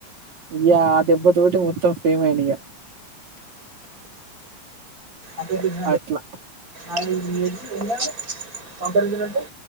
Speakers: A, on the right; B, on the right.
A: ఇగ ఆ దెబ్బతోటి మొత్తం ఫేమ్ అయిన ఇగ
B: అే దఫ
A: అట్ల
B: ఎను సంందరంట